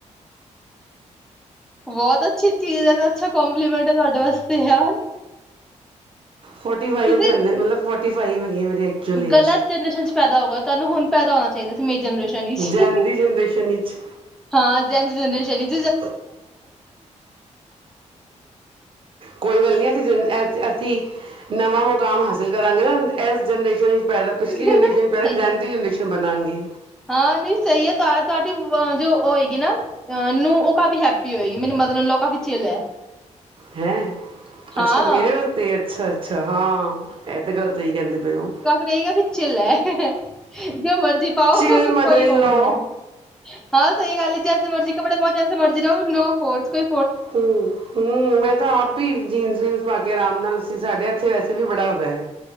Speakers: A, in the centre; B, on the right.
A: ਬਹੁਤ ਅੱਛੀ ਚੀਜ਼ ਹੈ ਅੱਛਾ ਕੋਂਪਲੀਮੈਂਟ ਤੁਹਾਡੇ ਵਾਸਤੇ ਐ
B: ਫੋਰਟੀ ਫਾਈਵ
A: ਤੁਸੀਂ
B: ਕਹਿੰਦੇ ਮਤਲਬ ਫੋਰਟੀ ਫਾਈਵ ਹੈਗੀ ਏ ਮੇਰੀ ਐਕਚੁਅਲ ਏਜ
A: ਗਲਤ ਜਨਰੇਸ਼ਨ ਚ ਪੈਦਾ ਹੋ ਗਏ ਤੁਹਾਨੂੰ ਹੁਣ ਪੈਦਾ ਹੋਣਾ ਚਾਹੀਦਾ ਸੀ ਮੇਰੀ ਜਨਰੇਸ਼ਨ ਸ਼ਨੀ
B: ਜੈਨ ਦੀ ਜਨਰੇਸ਼ਨ ਵਿੱਚ
A: ਹਾਂ ਜਾਂਹਿੰਦੇ ਦਹਿੰਦੇ ਸ਼ਨੀ <inaudible>
B: <inaudible> ਕੋਈ ਗੱਲ ਨਹੀ ਅਸੀਂ ਜ ਅਂ ਅਸੀਂ ਨਵਾਂ ਮੁਕਾਮ ਹਾਸਿਲ ਕਰਾਂਗੇ ਨਾ ਇਸ ਜਨਰੇਸ਼ਨ ਇਚ ਪੈਦਾ ਪਿਛਲੀ
A: ਸਹੀ
B: ਜਨਰੇਸ਼ਨ ਪਹਿਲਾਂ ਜੈਨ
A: ਐ,
B: ਜ਼ੀ ਜਨਰੇਸ਼ਨ ਬਣਾਗੀ
A: ਹਾਂ, ਨਹੀਂ ਸਹੀ ਹੈ, ਤੁਹਾ ਤੁਹਾਡੀ ਵ ਜੋ ਓਹ ਹੋਏਗੀ ਨਾ ਅੰ--ਨੂੰ ਉਹ ਕਾਫ਼ੀ ਹੈਪੀ ਹੋਏਗੀ, ਮੈਨੂੰ ਮਦਰ ਇਨ ਲ ਕਾਫ਼ੀ ਚਿੱਲ ਐ।
B: ਹੈਂ?
A: ਹਾਂ,
B: ਅੱਛਾ ਮੇਰੇ ਵਾਸਤੇ ਅੱਛਾ ਅੱਛਾ, ਹਾਂ, ਇਹ ਤੇ ਗੱਲ ਸਹੀ ਕਹਿੰਦੇ ਪਏ ਔ।
A: ਸਸੱ ਗਈ ਹੈ, ਫਿਰ ਚਿੱਲ ਐ, ਜੋ ਮਰ ਤੁਸ ਪਾਓ,
B: ਚਿਲ ਮਦਰ
A: ਕੋਈ
B: ਇਨ
A: ਓ
B: ਲਾ
A: ਨੀ ਐ। ਹਾਂ, ਸਈ ਗੱਲ ਏ, ਜੈਸੇ ਮਰਜ਼ੀ ਕੱਪੜੇ ਪਾਓ, ਜੈ ਜਿੱਥੇ ਮਰਜ਼ੀ ਜਾਓ, ਲੋਗ ਫੋਰਸ ਕਰ
B: ਹੂੰ। ਹੂੰ, ਮੈਂ ਤਾਂ ਆਪ ਭੀ ਜੀਨਸ-ਵੀਨਸ ਪਾ ਕੇ, ਆਰਾਮ ਨਾਲ ਅਸੀ ਸਾਡੇ ਇੱਥੇ, ਵੈਸੇ ਵੀ ਬੜਾ ਹੈਗੈ।